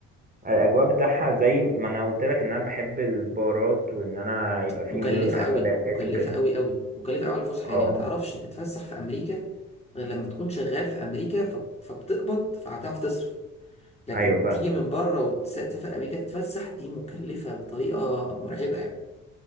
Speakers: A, on the right; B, on the left.
A: الاجواء بتاعها زي ما انا قلت لك ان انا بحب البارات وان انا يبقى في
B: مكلفه
A: ميو- حفلات
B: قوي مكلفه
A: وكده
B: قوي قوي مكلفه قوي على الفسحه
A: اه
B: يعني ما تعرفش تتفسح في امريكا غير لما تكون شغال في امريكا ف- فبتقبض فهتعرف تصرف لكن
A: ايوه فاهم
B: تيجي من بره وتسافر امريكا تتفسح دي مكلفه بطريقه مرعبه يعني